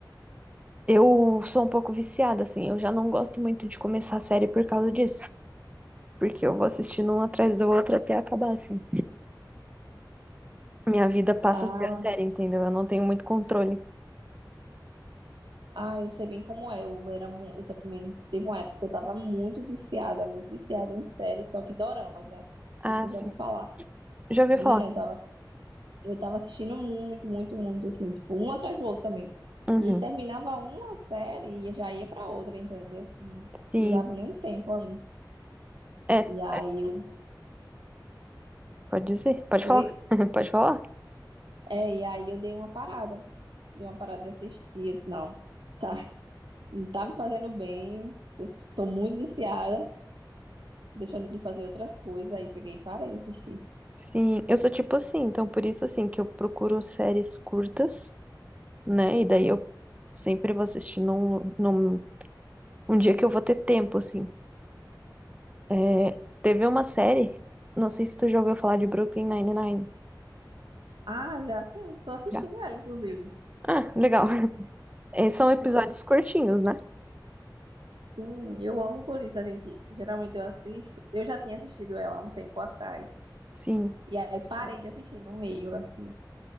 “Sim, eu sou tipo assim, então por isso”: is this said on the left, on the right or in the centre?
Right